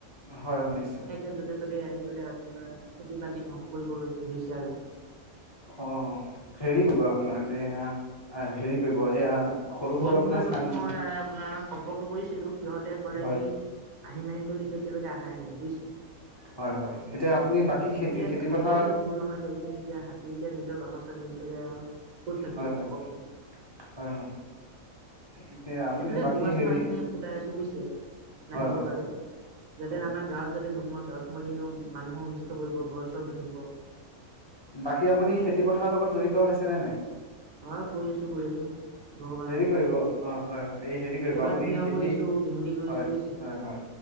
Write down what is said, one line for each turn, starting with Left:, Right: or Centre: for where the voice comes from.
Left: হয় হয়, নিশ্চয়।
Right: য'তে-ত'তে আহি পেলাই আপোনাৰ খেতি-বাতি ধ্বংস কৰিব লৈ ধৰিছে আৰু।
Left: অ', হেৰি কৰিবা আপোনাৰ এয়া, হেৰি কৰিব এয়া সৰু
Right: বন
Left: সৰু আপোনাৰ
Right: বিভা লগত
Left: চাং
Right: মই আপোনাৰ সম্পৰ্ক কৰিছিলোঁ, সিহঁতে কলে
Left: হয়
Right: কি আহিম আহিম বুলি কই এতিয়ালৈকে আহাই নাই বুজিছ
Left: হয় হয় এতিয়া আপুনি বাকী খেতি
Right: ইয়াত
Left: খেতি
Right: হাতী
Left: পথাৰ
Right: গাটো ভুল নহয় দিয়কচোন এতিয়া হাতী এতিয়া নিজৰ বাস ফচল হেৰি কৰিলে আৰু ক'ত থাকিব
Left: হয়
Right: আৰু
Left: হয়
Right: কওঁকচোন।
Left: হয় হয় এতিয়া আপুনি
Right: এইফালে
Left: বাকী
Right: বোমা-চোমা
Left: হেৰি
Right: এফিনে ফুটাই আছো বুজিছে নাহিবৰ
Left: হয় হয়
Right: বাবে, যাতে
Left: হয়
Right: আমাৰ গাঁৱত যাতে নোসোমাওক, গাঁৱত সোমালে ন মানুহৰ অনিষ্ট কৰিব, ঘৰ-চৰ ভাঙিব।
Left: বাকী আপুনি খেতি-পথাৰৰ লগত জড়িত হৈছে নে নাই?
Right: অ', কৰি আছো, কৰি আছো। ভগৱানৰ
Left: হেৰি
Right: কৃপাত।
Left: কৰিব, অ', হয় হয়। এই হেৰি কৰিব
Right: এইবাৰ
Left: আপুনি
Right: তিয়হ
Left: খেতি,
Right: কৰিছো ভেন্দি কৰিছো
Left: হয়,
Right: বুজিছে
Left: হয় হয়,